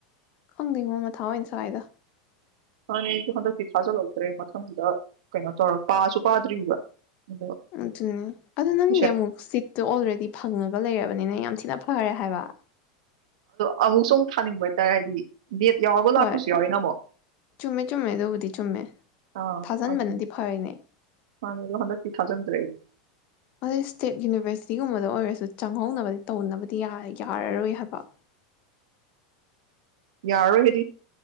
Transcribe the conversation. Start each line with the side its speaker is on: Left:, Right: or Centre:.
Left: ꯈꯪꯗꯦꯉꯣ ꯃꯥꯊꯥ ꯑꯣꯏꯅ ꯁꯥꯏꯗ
Right: ꯑꯗꯨꯅꯦ ꯑꯩꯒꯨ ꯍꯟꯊꯛꯀꯤꯗꯣ ꯊꯥꯖꯜꯍꯧꯗ꯭ꯔꯦ ꯀꯩꯅꯣ ꯇꯧꯔꯒ ꯄꯥꯁꯨ ꯄꯥꯗ꯭ꯔꯤꯕ ꯑꯗꯣ
Left: ꯑꯗꯨꯅꯦ ꯑꯗꯣ ꯅꯪꯒꯤꯗꯤ
Right: ꯇꯨꯏꯁꯟ
Left: ꯑꯃꯨꯛ ꯐꯤꯠꯇꯣ ꯑꯣꯜꯔꯦꯗꯤ ꯐꯪꯉꯥꯒ ꯂꯩꯔꯃꯤꯅ ꯌꯥꯝ ꯊꯤꯅ ꯐꯥꯔꯦ ꯍꯥꯏꯕ
Right: ꯅꯃꯨꯛꯁꯨ ꯃꯨꯛ ꯊꯥꯅꯤꯡꯕ ꯍꯥꯏꯊꯥꯔꯦ ꯍꯥꯏꯗꯤ ꯅꯦꯠ ꯌꯥꯎꯔꯒ
Left: ꯍꯣꯏ
Right: ꯂꯥꯛꯄꯁꯨ ꯌꯥꯎꯋꯦꯅ ꯃꯨꯛ
Left: ꯆꯨꯝꯃꯦ ꯆꯨꯝꯃꯦ ꯑꯗꯨꯕꯨꯗꯤ ꯆꯨꯝꯃꯦ
Right: ꯑ
Left: ꯊꯥꯖꯟꯕꯅꯗꯤ
Right: ꯑꯗꯨꯅꯤ
Left: ꯐꯔꯤꯅꯦ
Right: ꯃꯥꯩꯅꯦ ꯍꯟꯊꯛꯀꯤ ꯊꯥꯖꯜꯗ꯭ꯔꯦ ꯑꯩ
Left: ꯑꯗꯣ ꯁꯇꯦꯠ ꯌꯨꯅꯤꯔ꯭ꯕꯁꯤꯇꯤ ꯒꯨꯝꯕꯗ ꯑꯣꯏꯔꯁꯨ ꯆꯪꯍꯧꯅꯕꯗꯤ ꯊꯧꯅꯕꯗꯤ ꯌꯥ ꯌꯥꯒꯔꯣꯏ ꯍꯥꯏꯕ
Right: ꯌꯥꯔꯥꯔꯣꯏ ꯍꯥꯏꯗꯤ